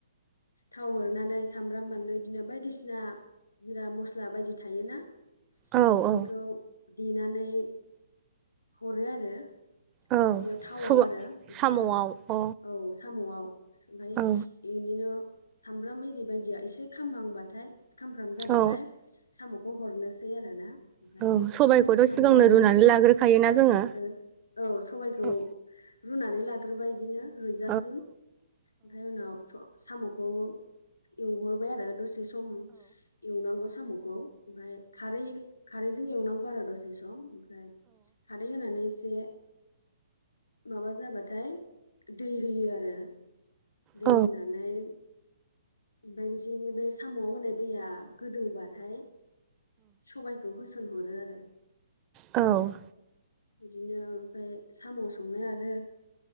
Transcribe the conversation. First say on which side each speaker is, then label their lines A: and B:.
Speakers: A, on the left; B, on the right.
A: थाव होनानै सामब्राम बानलु बिदिनो बायदिसिना जिरा मस्ला बायदि थायोना
B: औ
A: बेफोरखौ
B: औ
A: देनानै हरो आरो
B: औ
A: बेयाव थावआव
B: सबा
A: आरो ओमफाय
B: साम'आव अ
A: औ साम'आव ओमफफ्राय
B: औ
A: बिदिनो सामब्राम आरि बायदिया एसे खामहांबाथाय खामफ्राम जाबाथाय
B: औ
A: साम'खौ हरनोसै आरोना। ओमफ्राय
B: औ सबायखौथ'
A: साम'खौ
B: सिगांनो
A: हरनानै
B: रुनानै लाग्रोखायोना जोङो
A: ओ औ सबायखौ
B: औ
A: रुनानै लाग्रोबाय बिदिनो रुइजासिम
B: औ
A: ओमफ्राय उनाव साम'खौ एवहरबाय आरो दसे सम एवनांगौ साम'खौ। ओमफ्राय खारै खारै बिदि एवनांगौ आरो दसे सम ओमफ्राय खारै होनानै एसे माबा जाबाथाय दै होयो आरो दै
B: औ
A: होनानै ओमफ्राय बिदिनो बे साम'आव होनाय दैया गोदौबाथाय सबायखौ होसोनहरो आरो।
B: औ
A: बिदिनो ओमफ्राय साम' सङो। आरो